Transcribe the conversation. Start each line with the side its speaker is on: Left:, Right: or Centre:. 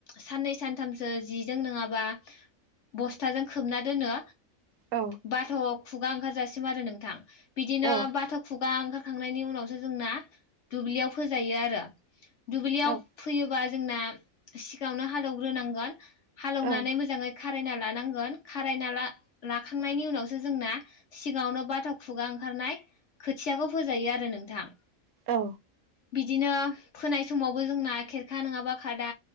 Left: साननै सान थामसो जिजों नङाबा बस्थाजों खोबना दोनो
Right: औ
Left: बाथ' खुगा ओंखारजासिम आरो नोंथां बिदिनो
Right: औ औ
Left: बाथ' खु गा ओंखारखांनायनि उनावसो जोंना दुब्लियाव फोजायो आरो दुब्लियाव
Right: औ
Left: फो बा जोंशा सिगाङावनो हालौवग्रोनांगोन हालेवनानै
Right: औ
Left: मोजाङै खारायना लानांगोन खारायना ला लाखांनायनि उनावसो जोंना सिगाङावनो बाथ' खुगा ओं खारनाय खोथियाबो फोजायो आरो नोंथां
Right: औ।
Left: बिदिनो फोनाय समावबो जोंना खेरखा नङाबा खादा